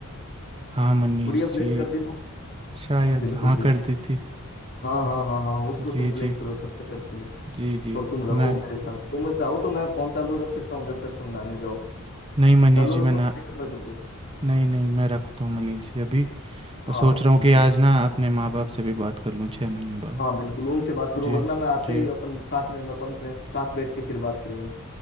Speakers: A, on the right; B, on the left.
A: हाँ मनीष
B: पुड़िया फ्लैश
A: जी
B: कर दी वो
A: शायद
B: बिल्कुल
A: हाँ
B: बिल्कुल
A: कर दी थी
B: हाँ हाँ हाँ हाँ उसको
A: जी
B: तुम फ्लैश
A: जी
B: करो सबसे पहले पहले
A: जी जी
B: और तुम रहो
A: मैं
B: मेरे साथ तुम चाहो तो मैं फोन चालू रख सकता हूँ जब तक तुम नहाने जाओ
A: नहीं मनीष
B: चालू
A: जी मैं
B: रखो
A: ना
B: स्पीकर पर कर दो
A: नहीं नहीं मैं रखता हूँ मनीष जी अभी और
B: हाँ
A: सोच रहा हूँ
B: बिल्कुल
A: कि आज ना अपने माँ बाप से भी बात कर लूँ छः महीने बाद
B: हाँ बिल्कुल उनसे बात करो
A: जी
B: वरना मैं आते
A: जी
B: ही अपन साथ में मैं कॉन्फ्रेंस पे साथ बैठ के फिर बात करेंगे